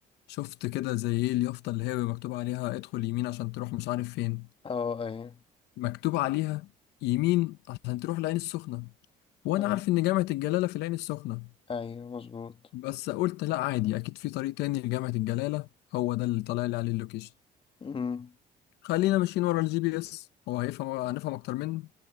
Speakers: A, on the left (about 80°); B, on the left (about 30°).
A: شفت كده زي ايه اليافطة اللي هي مكتوب عليها ادخل يمين عشان تروح مش عارف فين
B: اه ايوه
A: مكتوب عليها يمين عشان تروح العين السخنة وانا
B: حلو.
A: عارف ان جامعة الجلالة في العين السخنة
B: ايوه مظبوط
A: بس قلت لا عادي اكيد في طريق تاني لجامعة الجلالة هو ده اللي طلع لي عليه اللوكيشن
B: امم
A: خلينا ماشيين ورا الجي بي اس هو هيفهم هنفهم اكتر منه